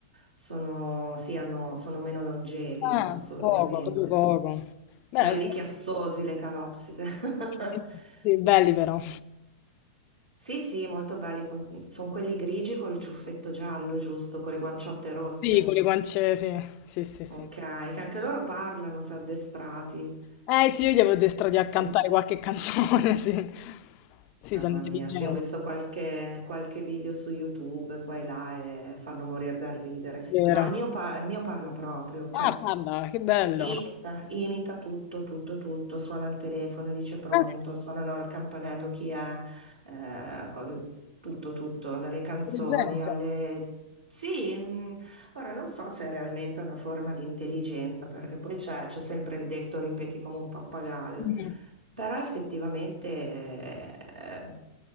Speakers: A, on the right (about 80°); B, on the left (about 40°).
A: sono, sì, hanno, sono meno longevi,
B: Ah,
A: assolutamente.
B: poco, proprio poco. Beh,
A: Belli chiassosi le calopsite.
B: sì,
A: <laughs>
B: sì, belli però.
A: Sì, sì, molto belli, sono quelli grigi col ciuffetto giallo, giusto, con le guanciotte rosse.
B: Sì, con le guance, sì, sì, sì, sì.
A: Ok, che anche loro parlano, se addestrati.
B: Eh sì, io gli avevo addestrati a cantare
A: Il-
B: qualche canzone, <laughs> sì. Sì,
A: Mamma
B: sono intelligenti,
A: mia, sì, ho visto qualche, qualche video su YouTube qua e là e fanno morire dal ridere. sì.
B: vero.
A: No, il mio, pa- il mio parla proprio, cioè
B: Ah, parla, che bello.
A: Imita, imita tutto, tutto, tutto, suona il telefono, dice pronto,
B: Ah,
A: suonano al campanello chi è, eh, cose, tutto, tutto, dalle canzoni
B: presente.
A: alle... Sì, mh, ora non so se è realmente una forma di intelligenza, perché poi c'è c'è sempre il detto ripeti come un pappagallo,
B: Mm,
A: però effettivamente eh,